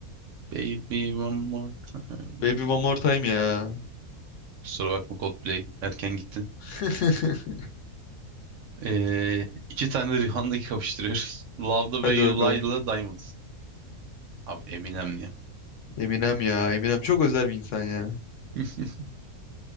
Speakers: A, on the right; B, on the left.
A: Baby One More Time.
B: Baby One More Time ya.
A: Kusura bakma Coldplay. Erken gittin.
B: <laughs>
A: Ee, iki tane Rihanna'yı kapıştırıyoruz. <laughs> Love the Way
B: Hadi
A: You
B: bakalım.
A: Lie ile Diamond. Abi Eminem ya.
B: Eminem ya. Eminem çok özel bir insan ya.
A: <laughs>